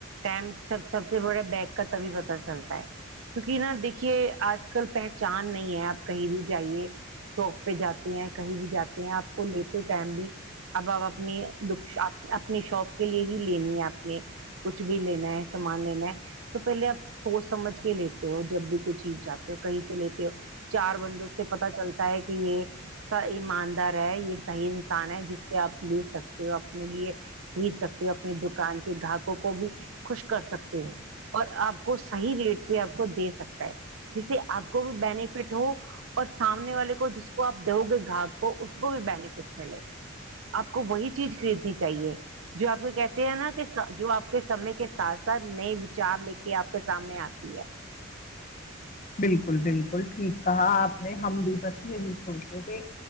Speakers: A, on the right; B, on the left.
A: ٹائم سب سب سے بڑے بیگ کا تبھی پتا چلتا ہے کیونکہ نا دیکھیے آج کل پہچان نہیں ہے آپ کہیں بھی جائیے شاپ پہ جاتے ہیں کہیں بھی جاتے ہیں آپ کو لیتے ٹائم بھی اب اب اپنی اپنے شوق کے لیے ہی لینی ہے آپ نے کچھ بھی لینا ہے سامان لینا ہے تو پہلے آپ سوچ سمجھ کے لیتے ہو جب بھی کوئی چیز چاہتے ہو کہیں سے لیتے ہو چار بندوں سے پتا چلتا ہے کہ یہ ایماندار ہے یہ صحیح انسان ہے جس سے آپ لے سکتے ہو اپنے لیے خرید سکتے ہو اپنی دکان کے گاہکوں کو بھی خوشک کر سکتے ہو اور آپ کو صحیح ریٹ پہ آپ کو دے سکتا ہے جسے آپ کو بھی بینیفٹ ہو اور سامنے والے کو جس کو آپ دو گے گھاگ کو اس کو بھی بینیفٹ ملے گ آپ کو وہی چیز خریدنی چاہیے جو آپ کو کہتے ہیں نا کہ جو آپ کے سمے کے اصل میں وچار لے کے آپ کے سامنے آتی ہے
B: بالکل بالکل ٹھیک کہا آپ نے ہم بھی بس یہی سوچے تھے